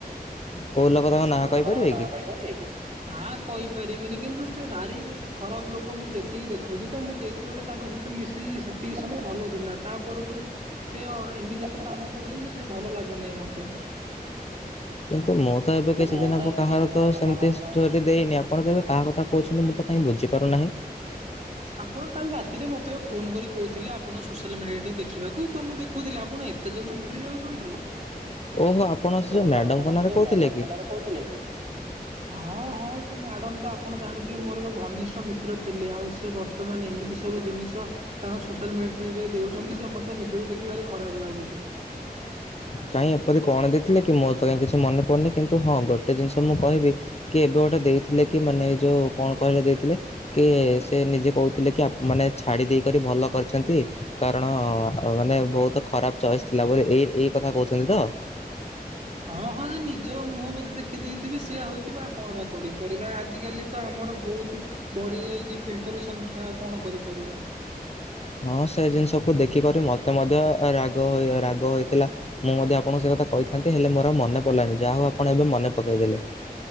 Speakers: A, on the left; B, on the right.
A: କୋଉ ଲୋକ ତାଙ୍କ ନାଁ
B: କୋଉ
A: କହିପାରିବେ
B: ଲୋକ? ତାଙ୍କ ନାଁ
A: କି?
B: କହିପାରିବେ କି? ନାଁ କହିପାରିବିନି କିନ୍ତୁ ସେ ଭାରି ଖରାପ ଲୋକ ମୁଁ ଯେତିକି ଦେଖୁଛି, ତ ମୁଁ ଯେତେବେଳେ ତାଙ୍କ ସହିତ ମିଶିଚି ସେତିକି ସମୟ ଭଲ ଥିଲା। ତା ପରଠୁ ସେ ଅ ଏମିତି ସବୁ କାମ କରୁଛନ୍ତି ଯେ ଭଲ ଲାଗୁନି ମତେ।
A: କିନ୍ତୁ ମୁଁ ତ
B: କିନ୍ତୁ
A: ଏବେ କିଛି
B: ମୁଁ
A: ଦିନ
B: ତ
A: ହବ
B: ଏବେ
A: କାହାର
B: କିଛି ଦିନ
A: ତ
B: ହବ
A: ସେମିତି
B: କାହାର
A: ଷ୍ଟୋରୀ
B: ତ ସେମିତି
A: ଦେଇନି, ଆପଣ ତ ଏବେ କାହା କଥା କହୁଛନ୍ତି ମୁଁ ତ କାଇଁ ବୁଝି ପାରୁ ନାହିଁ।
B: ଆପଣ କାଲି ରାତିରେ ମୋତେ ପା ଫୋନ କରି କହୁଥିଲେ, ଆପଣ ସୋସିଆଲ୍ ମିଡ଼ିଆରେ ଟିକେ ଦେଖିବାକୁ ତ ମୁଁ ଦେଖୁଥିଲି, ଆପଣ ଏ ଏତେ ଜଲଦି ଭୁଲି ଯାଉଛନ୍ତି,
A: ଓହୋ ଆପଣ ସେ ଯୋଉ
B: ଓହୋ
A: ମ୍ୟାଡମଙ୍କ
B: ଆପଣ
A: ନାଁରେ
B: ସେ
A: କହୁଥିଲେ
B: ମ୍ୟାଡ଼ାମଙ୍କ
A: କି?
B: ନାଁରେ କହୁଥିଲେ କି? ହଁ ହଁ ସେ ମ୍ୟାଡ଼ାମ୍ ତ ଆପଣ ଜାଣିଥିବେ ମୋର ଏବେ ଘନିଷ୍ଠ ମିତ୍ର ଥିଲେ। ଆଉ ସେ ସେ ବର୍ତ୍ତମାନ ଏମିତି ସବୁ ଜିନିଷ ତାଙ୍କ ସୋସିଆଲ ମିଡିଆରେ ଦେଉଛନ୍ତି, ଯେ ମତେ ନିଜକୁ ଦେଖି ଭାରି ଖରାପ ଲାଗୁଛି।
A: କାଇଁ ଏପରି କଣ ଦେଇଥିଲେ କି? ମୋର ତ କାଇଁ କିଛି ମନେ ପଡୁନି, କିନ୍ତୁ ହଁ ଗୋଟେ ଜିନିଷ ମୁଁ କହିବି କି ଏବେ ଗୋଟେ ଦେଇଥିଲେ କି ମାନେ ଏ ଯୋଉ କଣ କହିଲ ଦେଇଥିଲେ? କିଏ, ସେ ନିଜେ କହୁଥିଲେ କି, ଆପଣ ମାନେ ଛାଡି ଦେଇକରି ଭଲ କରିଚନ୍ତି। କାରଣ ମାନେ, ବହୁତ ଖରାପ ଚଏସ୍ ଥିଲା ବୋଧେ ଏଇ ଏଇ କଥା କହୁଛନ୍ତି ତ?
B: ହଁ, ହଁ, ସେ ନିଜ ମୁହଁ ବୋଧେ ଦେଖିଦେଇଥିବେ ସେଇଆ ହେଇଥିବ, ଆଉ କଣ ବା କରିପାରିବା? ଆଜିିକାଲି ତ ଆମର ବହୁତ ବଢି ଯାଇଚି ଫିଲ୍ଟର ସଂଖ୍ୟା, ଆଉ କଣ କରିପାରିବା?
A: ହଁ, ସେ ଜିନିଷକୁୁ ଦେଖିକରି ମତେ ମଧ୍ୟ ରାଗ ରାଗ ହୋଇଥିଲା। ମୁଁ ମଧ୍ୟ ଆପଣଙ୍କୁ ସେ କଥା କହିଥାନ୍ତି, ହେଲେ ମୋର ଆଉ ମନେ ପଡିଲାନି, ଯାହାହେଉ ଆପଣ ଏବେ ମନେ ପକେଇ ଦେଲେ।